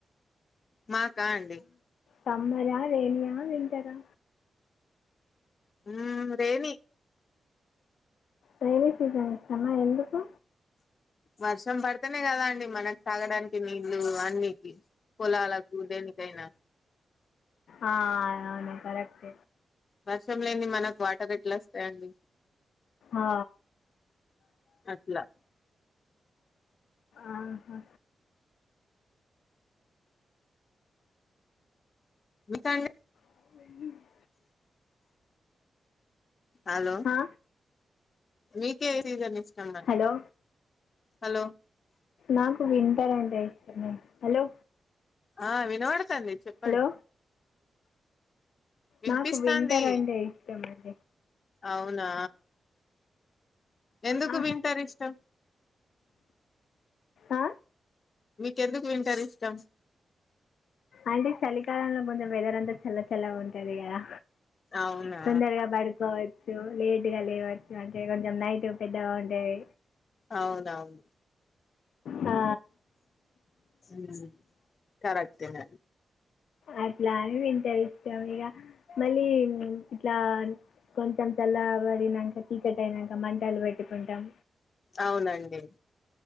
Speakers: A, on the left; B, on the left.
A: మాకా అండి
B: తమ్మరా రేణయా వింటరా
A: ఉ రెయినీ
B: ర్రైవీ సీజన్ ఇస్తామా ఎందుకు
A: వర్షం పడితేనే కదా అండి మనకు తాగడానికి నీళ్లు అన్నికి పొలాలకు దేనికైనా
B: ఆ అవును కరెక్ట్
A: వర్షం లేని మనకు వాటర్ ఎట్లా వస్తాయండి
B: ఆ,
A: అట్లా
B: ఆహా
A: ఇంకా అండి
B: అ
A: హలో
B: ఆ,
A: మీకే సీజన్ ఇష్టమం
B: హలో
A: హలో
B: నాకు వింటర్ అంటే ఇష్టమ హలో
A: ఆ వినపడుతంది చెప్పండి
B: హలో
A: వినిపిస్తాంది
B: నాకు వింటర్ అంటే ఇష్టమం
A: అవునా ఎందుకు
B: ఆ,
A: వీంటర్ ఇష్టం
B: ఆ
A: మీకెందుకు వింటర్ ఇష్టం
B: అంటే చలికాలంల కొంచం వెదర్ అంతా చల్ల చల్లగా ఉంటది కదా
A: అవునా
B: తొందరగా పడకో చ్చు లేట్గా లేవచ్చు అంటే కొంచెం నైట్ పెద్దగా ఉంటది
A: అవునవును
B: ఆ
A: మ్ కరెక్టేన
B: అట్లా అని వింటర్ ఇష్టం ఇగ మళ్ళీ ఇంట్ల కొంచెం చల్లబడినంక చీకటి అయినంక మంటలు పెట్టుకుంటాం
A: అవునండి